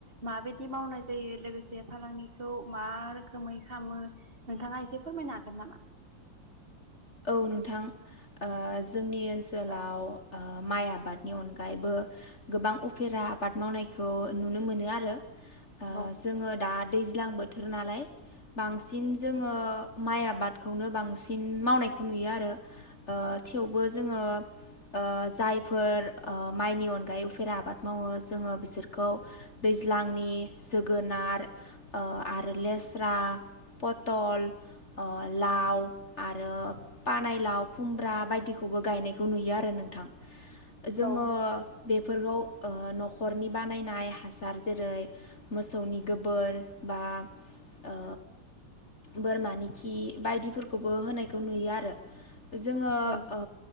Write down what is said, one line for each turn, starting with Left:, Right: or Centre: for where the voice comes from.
Right: माबायदि मावनाय जायो लोगोसे फालांगि खौ मा रोखोमै खामो नोंथाङा एसे फोरमायनो हागोन नामा?
Left: औ नोंथां, ओ जोंनि ओनसोलाव
Right: औ
Left: ओ माइ आबादनि अनगायैबो गोबां उफेरा आबाद मावनायखौ नुनो मोनो आरो ओ
Right: औ
Left: जोङो दा दैज्लां बोथोर नालाय बांसिन जोङो माइ आबादखौनो बांसिन मावनायखौ नुयो आरो ओ थेवबो जोङो ओ जायफोर ओ माइनि अनगायै उफेरा आबाद मावो जोङो बिसोरखौ दैज्लांनि जोगोनार ओ आरो लेस्रा, पतल ओ लाव आरो पानायलाव, खुमब्रा बायदिखौबो गायनायखौ नुयो आरो नोंथां। जोङो
Right: औ
Left: बे फोरखौ ओ न'खरनि बानायनाय हासार जेरै मोसौनि गोबोर बा ओ बोरमानि खि बायदिफोरखौबो होनायखौ नुयो आ रो जोङो
Right: औ
Left: ओ